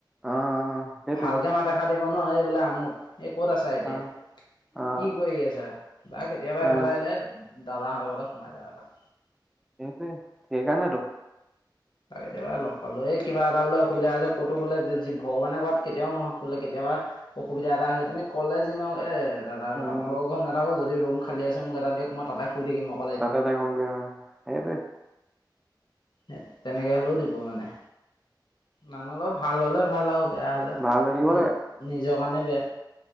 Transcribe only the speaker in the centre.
অ অ সেইটোৱে
অ অ
অ
সেইটোৱেই, সেইকাৰণেইটো।
উম
তাতে থাকোঁগে আৰু, সেইটোৱেই।
ভাল হৈ থাকিব